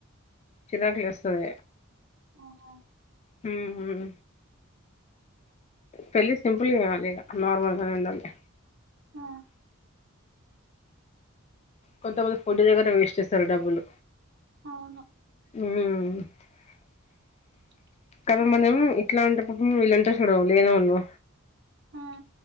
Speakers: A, on the left (about 30°); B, on the right (about 55°).
A: చిరాకు లేస్తది
B: ఆహా
A: మ్ పెళ్ళి చేయాలి ఇగ నార్మల్ గానే ఉండాలి
B: ఆ
A: కొంతమంది ఫుడ్ దగ్గర వేస్ట్ చేస్తారు డబ్బులు
B: అవును
A: మ్
B: ఓ
A: కదా మనము ఇట్లా అంటే పాపం వెళ్ళుంటారు చూడు లేనోళ్ళు
B: ఆ